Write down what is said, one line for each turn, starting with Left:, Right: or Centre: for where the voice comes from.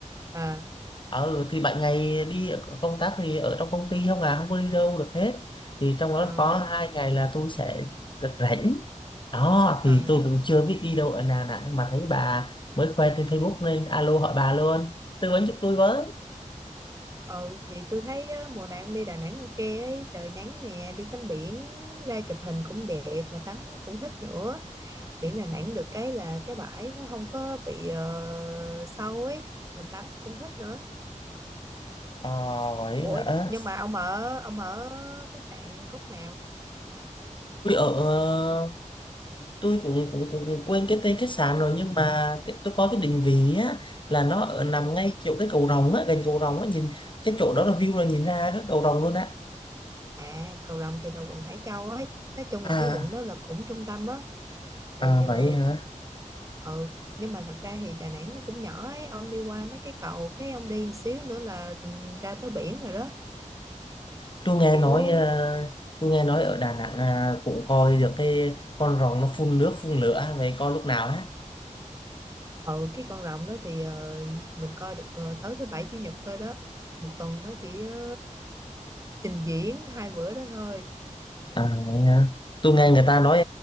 Right: à
Left: ờ thì bạn ngày đi công tác thì ở trong công ty không à không có đi đâu được hết thì trong đó
Right: ờ
Left: có hai ngày là tôi sẽ được rảnh đó
Right: ờ
Left: thì tôi cũng chưa biết đi đâu ở Đà Nẵng mà thấy bà mới khoe trên Facebook nên alo hỏi bà luôn tư vấn giúp tôi với
Right: ờ thì tôi thấy á, mùa này ông đi Đà Nẵng ok ấy trời nắng nè đi tắm biển ra chụp hình cũng đẹp mà tắm cũng thích nữa biển Đà Nẵng được cái là cái bãi nó không có bị ờ, sâu ấy mình tắm cũng thích nữa
Left: ờ vậy
Right: ủa
Left: hả
Right: nhưng mà ông ở ông ở khách sạn khúc nào
Left: tôi ở ờ, tôi cũng cũng cũng quên cái tên khách sạn rồi nhưng mà cái- tôi có cái định vị á là nó ở nằm
Right: ừ.
Left: ngay chỗ cái cầu rồng á gần cầu rồng á nhìn cái chỗ đó là view là nhìn ra cái cầu rồng luôn á
Right: à Cầu Rồng thì là quận Hải Châu ấy nói chung
Left: à
Right: là cái quận đó là cũng trung tâm á thì
Left: à
Right: ờ
Left: vậy hả
Right: ừ. nhưng mà thật ra thì Đà Nẵng nó cũng nhỏ ấy ông đi qua mấy cái cầu cái ông đi xíu nữa là ừ, ra tới biển rồi đó
Left: tôi nghe
Right: kiểu
Left: nói ờ, tôi nghe nói ở Đà Nẵng à, cũng coi được cái con rồng nó phun nước phun lửa vậy coi lúc nào á
Right: ừ cái con rồng đó thì ờ, mình coi được ờ, tới thứ bảy chủ nhật thôi đó một tuần nó chỉ ờ, trình diễn hai bữa đó thôi
Left: à, vậy hả? tôi nghe
Right: ừ.
Left: người ta nói